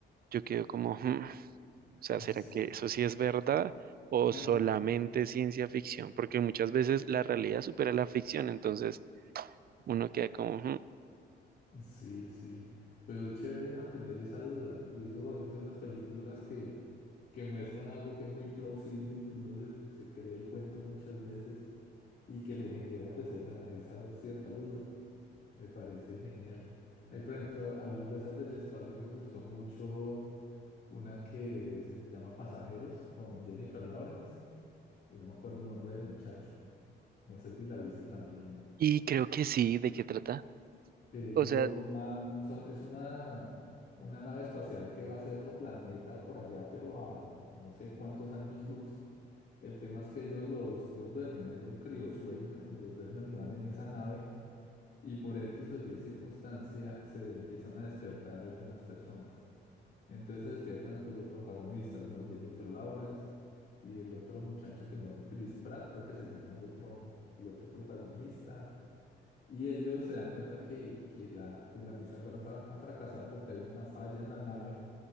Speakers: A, on the right (about 50°); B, on the left (about 50°).
A: yo quedo como, "Hmm, o sea, ¿será
B: Sí,
A: que eso sí es verdad o
B: <laughs>
A: solamente ciencia ficción? Porque muchas veces la realidad supera la ficción, entonces uno queda como, "Hmm".
B: sí, sí. Pero es chévere mantener esa duda. Y eso es lo bonito de las películas que, que muestran algo que es muy plausible y que uno se, se cree el cuento muchas veces y que le genera pues esa, esa cierta duda. Me parece genial. Ahí, por ejemplo, hablando de esas del espacio, me gustó mucho una que se llama Pasajeros con Jennifer Lawrence y no me acuerdo el nombre del muchacho. No sé si la viste también.
A: Y creo que sí, ¿de qué trata?
B: Que ellos
A: O sea,
B: van, son, es una, una nave espacial que va hacia otro planeta por allá, pero a no sé cuántos años luz. El tema es que ellos los, los duermen, hay un criosueño y los duermen y van en esa nave y por X o Y circunstancia se empiezan a despertar algunas personas. Entonces se despiertan pues los protagonistas, ¿no? Jennifer Lawrence y el otro muchacho que no, Chris Pratt creo que se llama el otro, el otro protagonista. Y ellos se dan cuenta que, que la, pues la misión va a fra- a fracasar porque hay una falla en la nave